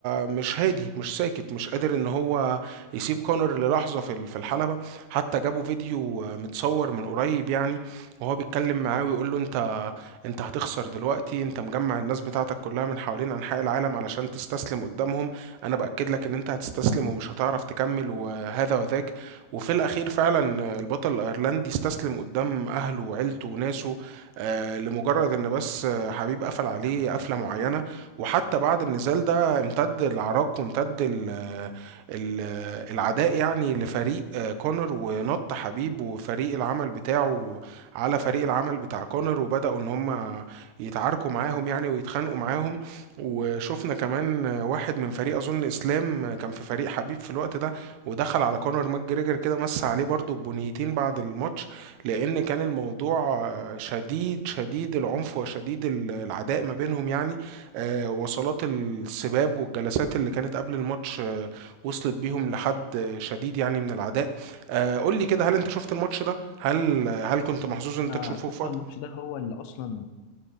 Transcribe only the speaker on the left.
انا على
فكره
الماتش ده هو اللي اصلا